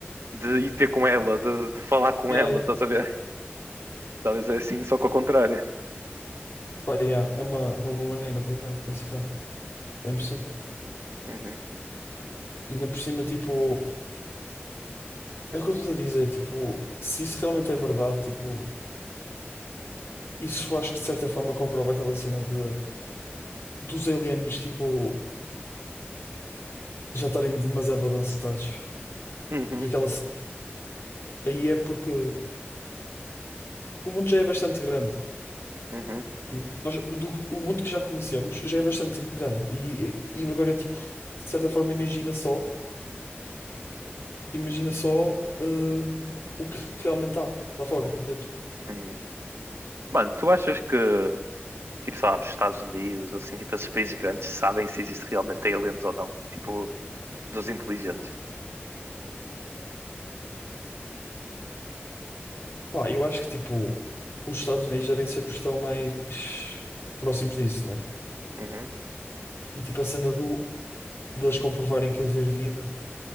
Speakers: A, on the right; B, on the left.
A: de ir ter com ela, de, de falar com
B: E
A: ela,
B: aí,
A: estás a ver? Talvez é assim, só que ao contrário.
B: pá, yeah, é é uma, é uma boa maneira por acaso de pensar. É impressão.
A: Uhum,
B: Ainda por cima, tipo, é o que eu estou a dizer, tipo, se isso realmente é verdade, tipo, isso acho que de certa forma comprova aquela cena de dos aliens, tipo, já estarem demasiado avançados.
A: uhum,
B: E aquela ce- aí é porque o mundo já é bastante grande.
A: uhum,
B: E nós- do- o mundo que já conhecemos já é bastante grande. E, e agora é tipo, de certa forma, imagina só, imagina só, eh, o que realmente há lá fora, entendes?
A: uhum. Mano, tu achas que, tipo, sabes, Estados Unidos, assim, tipo, esses países grandes sabem se existe realmente aliens ou não? Tipo, dos inteligentes.
B: Pá, eu acho que tipo, os Estados Unidos devem ser os que estão mais próximos disso, né?
A: Uhum.
B: E tipo, a cena do, deles comprovarem que haver vida,